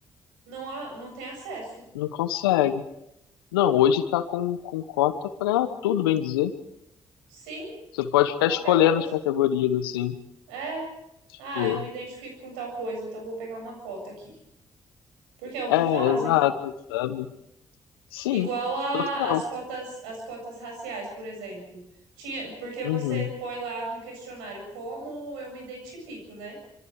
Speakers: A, on the right; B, on the left.
A: não, a- não tem acesso.
B: não consegue. Não, hoje tá com, com cota pra tudo, bem dizer.
A: Sim,
B: Você pode ficar
A: qualquer
B: escolhendo
A: coisa.
B: as categorias, assim.
A: É,
B: tipo,
A: ah, eu me identifico com tal coisa, então eu vou pegar uma cota aqui. Porque é o que
B: É,
A: fazem.
B: exato, sabe? Sim,
A: Igual a,
B: total.
A: as cotas, as cotas raciais, por exemplo. Tinha, porque você
B: Uhum,
A: põe lá no questionário como eu me identifico, né?